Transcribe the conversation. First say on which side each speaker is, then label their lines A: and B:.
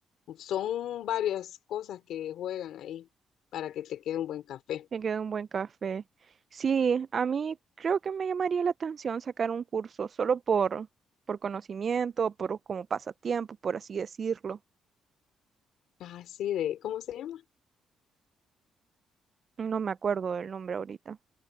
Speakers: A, on the left; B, on the right.
A: Son varias cosas que juegan ahí para que te quede un buen café.
B: Me queda un buen café. Sí, a mí creo que me llamaría la atención sacar un curso solo por, por conocimiento, por como pasatiempo, por así decirlo.
A: Así de, ¿cómo se llama?
B: No me acuerdo del nombre ahorita.